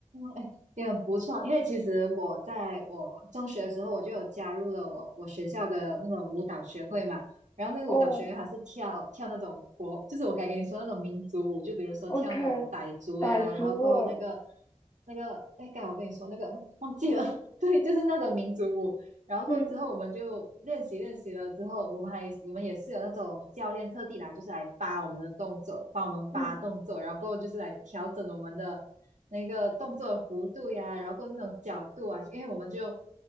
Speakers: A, on the right; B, on the left.
A: 哎，也很不错。因为其实我在我中学的时候，我就有加入了我我学校的那种舞蹈学会嘛。然后那个舞蹈学会它是跳跳那种国，
B: 哦，
A: 就是我刚跟你说那种民族舞，就比如说跳那种傣族呀，
B: OK，傣族哦
A: 然后过后那个那个，哎，刚才我跟你说那个忘记了，<laughs> 对，就是那种民族舞。然后过之后我们就练习练习了之后，
B: 嗯
A: 我们还我们也是有那种教练特地来，就是来扒我们的动作，帮我们扒动作，
B: 嗯
A: 然后过就是来调整我们的那个动作的幅度呀，然后过那种角度啊，因为我们就